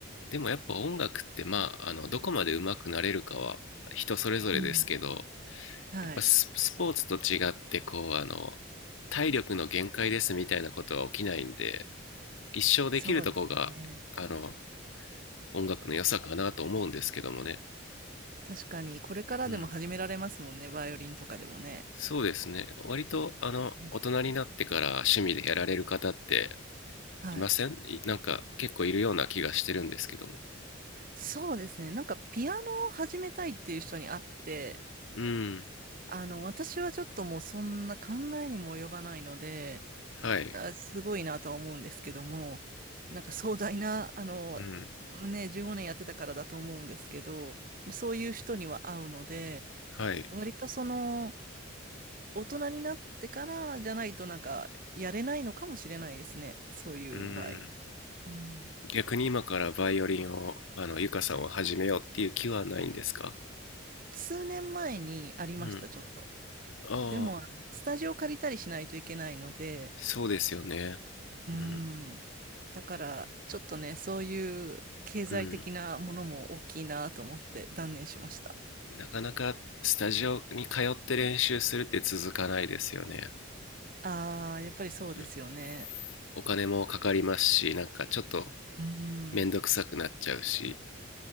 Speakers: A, on the left; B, on the right.
A: でもやっぱ音楽って、まあ、あの、どこまで上手くなれるかは人それぞれですけど、
B: うん。はい。
A: やっぱス、スポーツと違って、こう、あの、体力の限界ですみたいなことは起きないんで、一生できるとこが、
B: そうですね。
A: あの、音楽の良さかなと思うんですけどもね。
B: 確かに、これからでも始められますもんね、
A: うん。
B: バイオリンとかでもね。
A: そうですね。割と、あの、
B: うん
A: 大人になってから趣味でやられる方って
B: はい。
A: いませんいなんか結構いるような気がしてるんですけども。
B: そうですね。なんか、ピアノを始めたいっていう人に会って、
A: うん。
B: あの、私はちょっともうそんな考えにも及ばないので、
A: はい。
B: あ、すごいなとは思うんですけども、なんか壮大な、あの、
A: うん。
B: ね、15年やってたからだと思うんですけど、そういう人には会うので、
A: はい。
B: 割とその、大人になってからじゃないとなんか、やれないのかもしれないですね。そういう場合。
A: うん。
B: うん
A: 逆に今からバイオリンを、あの、ゆかさんを始めようっていう気はないんですか
B: 数年前にありました、
A: うん。
B: ちょっと。
A: ああ、
B: でも、あのスタジオ借りたりしないといけないので、
A: そうですよね。
B: うーん。
A: うん。
B: だから、ちょっとね、そういう経済的なものも大きいなと思って断念しました。
A: うん。なかなかスタジオに通って練習するって続かないですよね。
B: ああ、やっぱりそうですよね。
A: うん。お金もかかりますし、なんかちょっと
B: うん。
A: めんどくさくなっちゃうし。